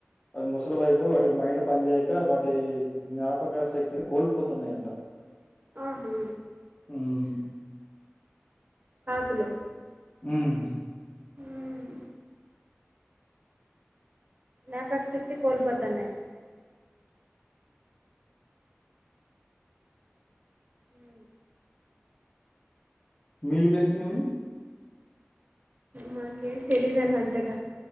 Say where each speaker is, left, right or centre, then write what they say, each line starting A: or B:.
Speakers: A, on the left; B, on the right.
A: అ ముసలి వైపు వాటి మైండ్ పన్ జేయక వాటి జ్ఞాపక శక్తిని కోల్పోతున్నాయంట
B: ఆహా
A: హ్మ్
B: కాకులు
A: ఉమ్
B: మ్మ్ జ్ఞాపక్ శక్తి కోల్పోతన్నాయ్ ఉ
A: మీగు తెలిసినవి
B: మాకేం తెలీదు అన్న అంతగా,